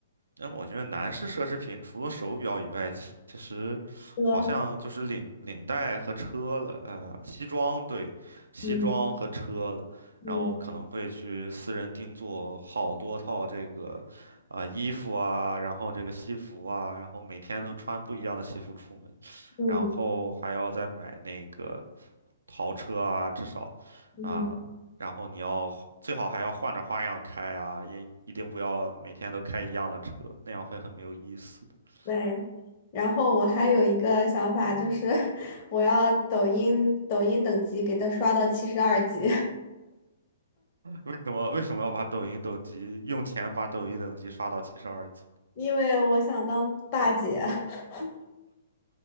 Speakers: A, on the right; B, on the left.
A: 那我觉得男士奢侈品除了手表以外，其其实好像就是领领带和车了，
B: 哥，
A: 呃，西装，对，西装和车了，
B: 嗯嗯
A: 然后可能会去私人定做好多套这个，啊、衣服啊，然后这个西服啊，然后每天都穿不一样的西服出门，
B: 嗯
A: 然后还要再买那个呃豪车啊，至少，
B: 嗯，
A: 啊，然后你要最好还要换着花样开啊，也一定不要每天都开一样的车，那样会很没有意思的。
B: 对。然后我还有一个想法，就是 <laughs> 我要抖音抖音等级给他刷到七十二级，
A: 为什么为什么要把抖音等级用钱把抖音等级刷到七十二级？
B: <laughs> 因为我想当大姐、<laughs>